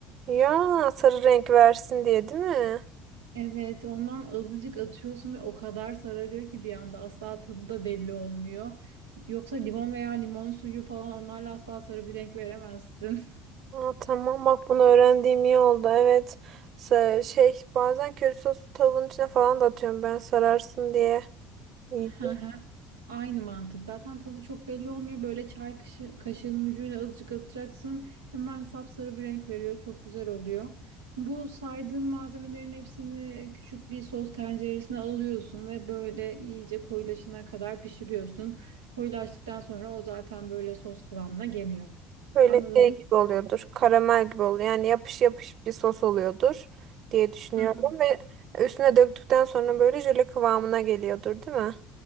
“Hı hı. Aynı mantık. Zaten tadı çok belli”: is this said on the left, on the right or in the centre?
Right